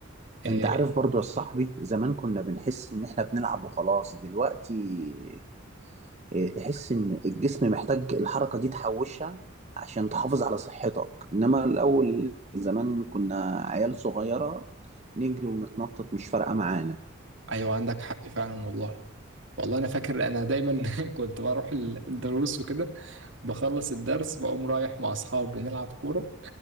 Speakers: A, on the right; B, on the right.
A: آه،
B: انت عارف برضو يا صاحبي زمان كنا بنحس ان احنا بنلعب وخلاص دلوقتي إيه، تحس ان الجسم محتاج الحركه دي تحوشها عشان تحافظ على صحتك انما الاول زمان كنا عيال صغيره نجري ونتنطط مش فارقه معانا
A: أيوة عندك حق فعلا والله والله انا فاكر انا دايما <laughs> كنت بروح ال- الدروس وكده بخلص الدرس بقوم رايح مع اصحابي نلعب كوره